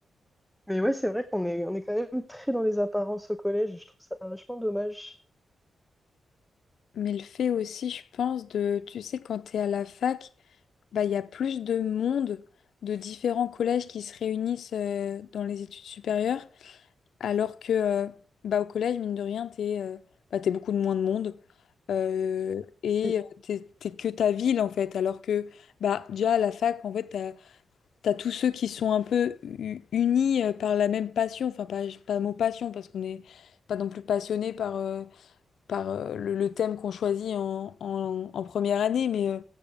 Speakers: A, in the centre; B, on the left.
A: mais ouais, c'est vrai qu'on est, on est quand même très dans les apparences au collège, et je trouve ça vachement dommage.
B: Mais le fait aussi, je pense, de, tu sais, quand t'es à la fac, bah, il y a plus de monde de différents collèges qui se réunissent euh, dans les études supérieures. Alors que euh, bah, au collège, mine de rien, t'es euh, bah, t'es beaucoup de moins de monde euh, et
A: Oui,
B: euh, t'es, t'es que ta ville en fait. Alors que bah, déjà à la fac, en fait, t'as, t'as tous ceux qui sont un peu u- unis euh, par la même passion. Enfin, pas, pas le mot passion parce qu'on n'est pas non plus passionné par, euh, par euh, le, le thème qu'on choisit en, en, en première année, mais euh,